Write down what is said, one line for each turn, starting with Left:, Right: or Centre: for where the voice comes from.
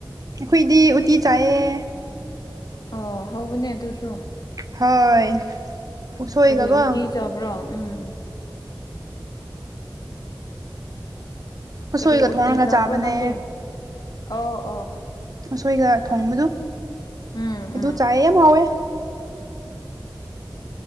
Right: ꯑꯩꯈꯣꯏꯗꯤ ꯎꯇꯤ ꯆꯥꯏꯌꯦ
Left: ꯑꯣ ꯍꯥꯎꯕꯅꯦ ꯑꯗꯨꯁꯨ
Right: ꯍꯣꯏ ꯎꯁꯣꯏꯒꯀꯣ
Left: ꯀꯔꯤ ꯎꯇꯤ ꯆꯥꯕ꯭ꯔꯣ ꯎꯝ
Right: ꯎꯁꯣꯏꯒ
Left: ꯀꯔꯤ ꯎꯇꯤ
Right: ꯊꯣꯡꯉꯒ
Left: ꯆꯥꯕ꯭ꯔꯣ
Right: ꯆꯥꯕꯅꯦ
Left: ꯅꯪꯗꯤ ꯑꯣ ꯑꯣ
Right: ꯎꯁꯣꯏꯒ ꯊꯣꯡꯕꯗꯨ
Left: ꯎꯝ
Right: ꯑꯗꯨ
Left: ꯎꯝ
Right: ꯆꯥꯏꯑꯦ ꯌꯥꯝ ꯍꯥꯎꯋꯦ